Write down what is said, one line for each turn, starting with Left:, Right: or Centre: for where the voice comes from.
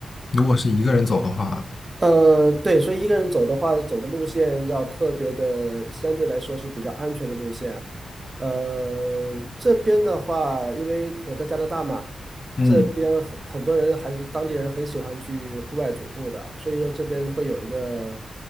Left: 如果是一个人走的话，
Right: 呃，对，所以一个人走的话，走的路线要特别的，相对来说是比较安全的路线。呃，这边的话，因为我在加拿大嘛，
Left: 嗯，
Right: 这边很很多人还是当地人很喜欢去户外徒步的，所以说这边会有一个。